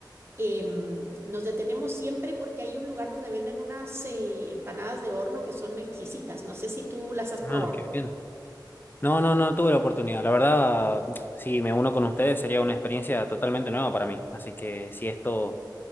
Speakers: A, on the right; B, on the left.
A: em, nos detenemos siempre porque hay un lugar donde venden unas eh, empanadas de horno que son exquisitas. No sé si tú las has
B: Ah,
A: probado.
B: qué bien. No, no, no tuve la oportunidad. La verdad, si me uno con ustedes sería una experiencia totalmente nueva para mí. Así que si esto